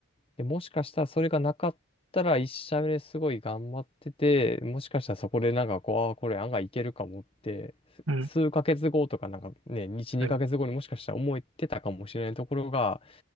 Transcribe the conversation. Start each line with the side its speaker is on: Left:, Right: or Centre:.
Left: で、もしかしたらそれがなかったら一社目ですごい頑張ってて、もしかしたらそこでなんかこう、ああ、これ案外いけるかもって、す数ヶ月後とかなんかね、
Right: うん。
Left: 1、2ヶ月後にもしかしたら思ってたかもしれないところが
Right: はい